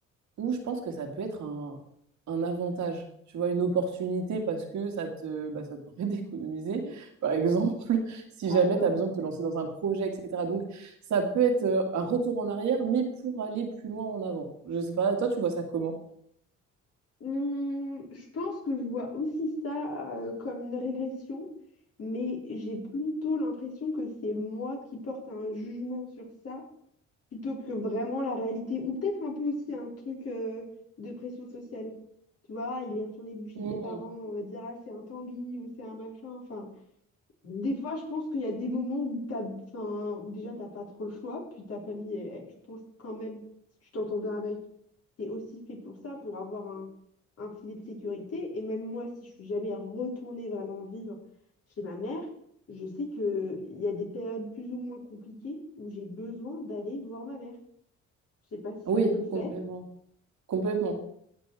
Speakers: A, on the right (about 70°); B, on the left (about 55°).
A: où je pense que ça peut être un, un avantage, tu vois, une opportunité parce que ça te, bah, ça te <laughs> permet d'économiser, par exemple, <laughs> si
B: Ah
A: jamais
B: bah ouais.
A: tu as besoin de te lancer dans un projet, etc. Donc, ça peut être euh, un retour en arrière, mais pour aller plus loin en avant. Je sais pas, toi, tu vois ça comment?
B: Hum, je pense que je vois aussi ça euh, comme une régression, mais j'ai plutôt l'impression que c'est moi qui porte un jugement sur ça, plutôt que vraiment la réalité, ou peut-être un peu aussi un truc euh, de pression sociale. Tu vois, il est retourné vivre chez
A: Mm.
B: ses parents, on va dire, ah, c'est un Tanguy ou c'est un machin, enfin. Des fois, je pense qu'il y a des moments où t'as, enfin, où déjà t'as pas trop le choix, puis ta famille, elle- elle- je pense quand même, si tu t'entends bien avec, c'est aussi fait pour ça, pour avoir un, un filet de sécurité. Et même moi, si je suis jamais retournée vraiment vivre chez ma mère, je sais que il y a des périodes plus ou moins compliquées où j'ai besoin d'aller voir ma mère. Je sais pas si
A: Oui,
B: ça te le fait.
A: complètement. Complètement.